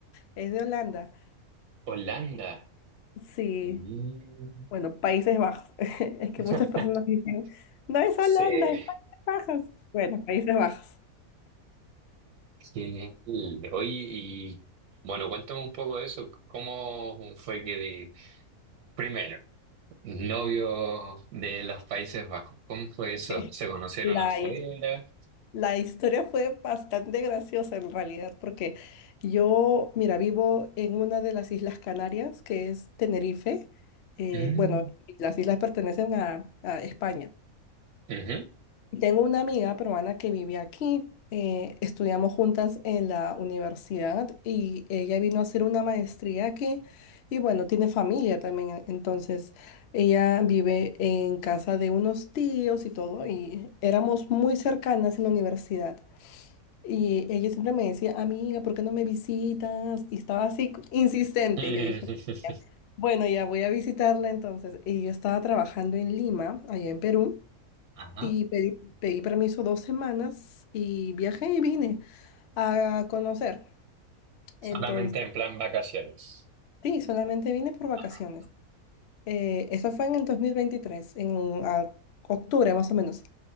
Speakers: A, on the left; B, on the right.
A: es de Holanda.
B: Holanda.
A: Sí,
B: Mm.
A: bueno, Países Bajos. <laughs> Es que
B: <laughs>
A: muchas personas dicen, no es
B: Sí,
A: Holanda, es Países Bajos. Bueno, Países Bajos.
B: genial. Oye, y bueno, cuéntame un poco de eso. ¿Cómo fue que, de- primero, novio de los Países Bajos? ¿Cómo fue eso?
A: <laughs>
B: ¿Se conocieron
A: La,
B: afuera?
A: his- la historia fue bastante graciosa en realidad, porque yo, mira, vivo en una de las Islas Canarias, que es Tenerife. Eh,
B: Mm,
A: bueno, las islas pertenecen a, a España.
B: ujú.
A: Tengo una amiga peruana que vive aquí. eh, estudiamos juntas en la universidad y ella vino a hacer una maestría aquí y bueno, tiene familia también. Entonces, ella vive en casa de unos tíos y todo y éramos muy cercanas en la universidad. Y ella siempre me decía, amiga, ¿por qué no me visitas? Y estaba así c- insistente.
B: <laughs>
A: Y yo dije, "Ya". bueno, ya voy a visitarla entonces. Y yo estaba trabajando en Lima, allá en Perú.
B: Ajá.
A: Y pedí, pedí permiso dos semanas y viajé y vine a conocer.
B: Solamente
A: Entonces,
B: en plan vacaciones.
A: sí, solamente vine por vacaciones.
B: Ajá.
A: Eh, eso fue en el 2023 en a- octubre más o menos.